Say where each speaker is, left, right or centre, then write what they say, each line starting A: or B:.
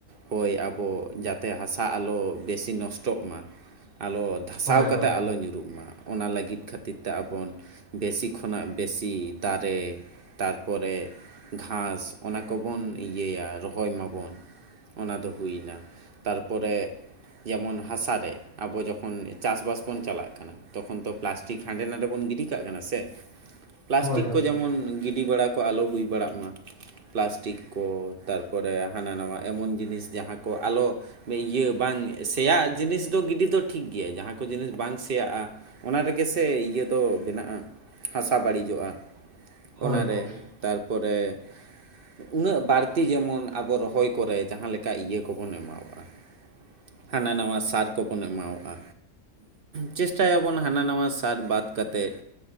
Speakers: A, on the right (about 50°); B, on the right (about 75°).
A: ᱦᱚᱭ ᱟᱵᱚ ᱡᱟᱛᱮ ᱦᱟᱥᱟ ᱟᱞᱚ ᱵᱮᱥᱤ ᱱᱚᱥᱴᱚᱜ ᱢᱟ, ᱟᱞᱚ ᱫᱷᱟᱥᱟᱣ
B: ᱦᱳᱭ ᱦᱳᱭ
A: ᱠᱟᱛᱮ
B: ᱦᱳᱭ
A: ᱟᱞᱚ ᱧᱩᱨᱩᱜ ᱢᱟ ᱚᱱᱟ ᱞᱟᱹᱜᱤᱫ ᱠᱷᱟᱹᱛᱤᱨ ᱛᱮ ᱟᱵᱚ ᱵᱮᱥᱤ ᱠᱷᱚᱱᱟᱜ ᱵᱮᱥᱤ ᱫᱟᱨᱮ ᱛᱟᱨᱯᱚᱨᱮ ᱜᱷᱟᱥ ᱚᱱᱟ ᱠᱚᱵᱚᱱ ᱤᱭᱟᱹᱭᱟ ᱨᱚᱦᱚᱭ ᱢᱟᱵᱚᱱ ᱾ ᱚᱱᱟ ᱫᱚ ᱦᱩᱭᱱᱟ ᱛᱟᱨ ᱯᱚᱨᱮ ᱡᱮᱢᱚᱱ ᱦᱟᱥᱟ ᱨᱮ ᱟᱵᱚ ᱡᱚᱠᱷᱚᱱ ᱪᱟᱥ ᱵᱟᱥ ᱵᱚᱱ ᱪᱟᱞᱟᱜ ᱠᱟᱱᱟ᱾ ᱛᱚᱠᱷᱚᱱ ᱛᱚ ᱯᱞᱟᱥᱴᱤᱠ ᱦᱟᱸᱰᱮ ᱱᱟᱰᱮ ᱵᱚᱱ ᱜᱤᱰᱤ ᱠᱟᱜ ᱠᱟᱱᱟ ᱥᱮ? ᱯᱞᱟᱥᱴᱤᱠ
B: ᱦᱳᱭ ᱦᱳᱭ
A: ᱠᱚ ᱡᱮᱢᱚᱱ ᱜᱤᱰᱤ ᱵᱟᱲᱟ ᱠᱚ ᱟᱞᱚ ᱦᱩᱭ ᱵᱟᱲᱟᱜ ᱢᱟ᱾ ᱯᱞᱟᱥᱴᱤᱠ ᱠᱚ ᱛᱟᱨᱯᱚᱨᱮ ᱦᱟᱱᱟ ᱱᱟᱣᱟ ᱮᱢᱚᱱ ᱡᱤᱱᱤᱥ ᱡᱟᱦᱟᱸ ᱠᱚ ᱟᱞᱚ ᱤᱭᱟᱹ ᱵᱟᱝ ᱥᱮᱭᱟᱜ ᱡᱤᱱᱤᱥ ᱫᱚ ᱜᱤᱰᱤ ᱫᱚ ᱴᱷᱤᱠ ᱜᱮᱭᱟ ᱡᱟᱦᱟᱸ ᱠᱚ ᱡᱤᱱᱤᱥ ᱵᱟᱝ ᱥᱮᱭᱟᱜᱼᱟ᱾ ᱚᱱᱟ ᱨᱮᱜᱮ ᱥᱮ ᱤᱭᱟᱹ ᱫᱚ ᱵᱮᱱᱟᱜᱼᱟ, ᱦᱟᱥᱟ ᱵᱟᱹᱲᱤᱡᱚᱜᱼᱟ
B: ᱦᱳᱭ
A: ᱚᱱᱟ ᱨᱮ᱾
B: ᱜᱚᱝᱠᱮ
A: ᱛᱟᱨᱯᱚᱨᱮ ᱩᱱᱟᱹᱜ ᱵᱟᱲᱛᱤ ᱡᱮᱢᱚᱱ ᱟᱵᱚ ᱨᱚᱦᱚᱭ ᱠᱚᱨᱮ ᱡᱟᱦᱟᱸ ᱞᱮᱠᱟ ᱤᱭᱟᱹ ᱠᱚᱵᱚᱱ ᱮᱢᱟᱣᱟᱜᱼᱟ᱾ ᱦᱟᱱᱟ ᱱᱟᱣᱟ ᱥᱟᱨ ᱠᱚᱵᱚᱱ ᱮᱢᱟᱣᱟᱜᱼᱟ᱾ ᱪᱮᱥᱴᱟᱭᱟᱵᱚᱱ ᱦᱟᱱᱟ ᱱᱟᱣᱟ ᱥᱟᱨ ᱵᱟᱫ ᱠᱟᱛᱮᱫ᱾